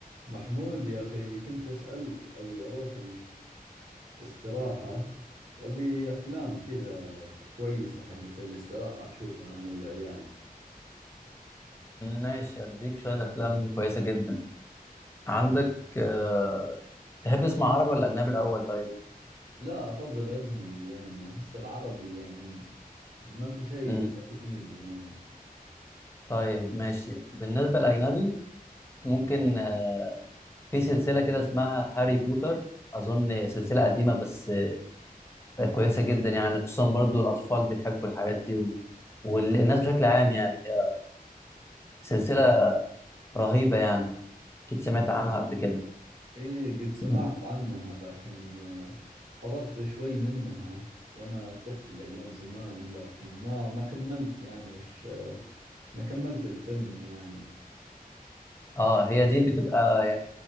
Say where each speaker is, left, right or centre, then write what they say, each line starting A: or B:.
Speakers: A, on the right; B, on the left.
A: محمود يا أخي كنت بسألك أبي أروح الاستراحة وأبي أفلام كذا كويسة حقت الاستراحة أشوفها أنا والعيال
B: ماشي اديك شويه افلام كويسه جدا عندك آه، تحب تسمع عربي ولا اجنبي الاول طيب
A: لا أفضل أجنبي يعني أحس العربي يعني ما في شيء
B: مم.
A: إلا كوميدي يعني
B: طيب ماشي بالنسبه للاجنبي ممكن آه، في سلسله كده اسمها هاري بوتر اظن سلسله قديمه بس آه، كويسه جدا يعني خصوصا برضو الاطفال بيحبوا الحاجات دي و... والناس بشكل عام يعني آه، سلسله رهيبه يعني اكيد سمعت عنها قبل كده
A: إيه قد سمعت
B: <clears throat>
A: عنها لكن آه، حضرت شوي منها وأنا طفل أيام زمان لكن ما ما كملت يعني وش آه، ما كملت الفيلم يعني
B: اه هي دي بتبقى